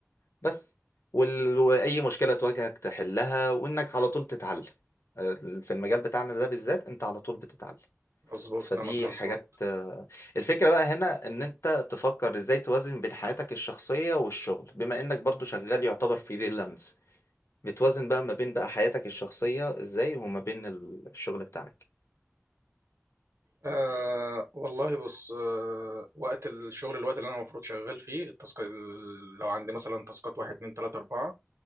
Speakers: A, on the left; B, on the right.
A: بس وال- واي مشكلة تواجهك تحلها وانك على طول تتعلم آه، في المجال بتاعنا ده بالذات انت على طول بتتعلم
B: مظبوط
A: فدي
B: كلامك مظبوط
A: حاجات آه، الفكرة بقى هنا ان انت تفكر ازاي توازن بين حياتك الشخصية والشغل بما انك برضو شغال يعتبر فريلانس بتوازن بقى ما بين بقى حياتك الشخصية ازاي وما بين الشغل بتاعك
B: أه والله بص أه وقت الشغل الوقت اللي انا المفروض شغال فيه التاسك ال- لو عندي مثلا تاسكات واحد اتنين تلاته اربعه